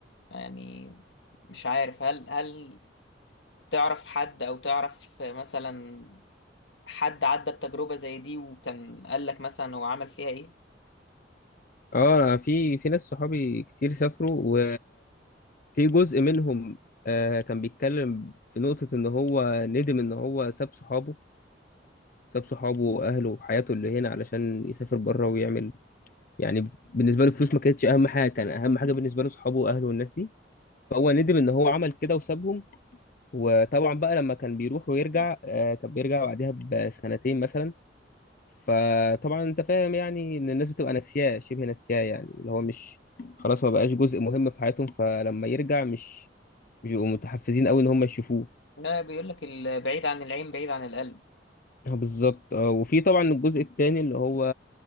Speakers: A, on the left; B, on the left.
A: يعني مش عارف هل هل تعرف حد او تعرف مثلا حد عدى بتجربة زي دي وكان قالك مثلا هو عمل فيها ايه
B: اه أنا في في ناس صحابي كتير سافروا في جزء منهم آه كان بيتكلم في نقطة إن هو ندم إن هو ساب صحابه ساب صحابه وأهله وحياته اللي هنا علشان يسافر بره ويعمل يعني بالنسبة له الفلوس ما كانتش أهم حاجة كان أهم حاجة بالنسبة له صحابه وأهله والناس دي فهو ندم إن هو عمل كده وسابهم وطبعا بقى لما كان بيروح ويرجع آه كان بيرجع بعدها بسنتين مثلا فطبعا أنت فاهم يعني إن الناس بتبقى ناسياه شبه ناسياه يعني اللي هو مش خلاص ما بقاش جزء مهم في حياتهم فلما يرجع مش بيبقوا متحفزين قوي ان هم يشوفوه
A: لا بيقولك البعيد عن العين بعيد عن القلب
B: آه، بالظبط آه، وفي طبعا الجزء التاني اللي هو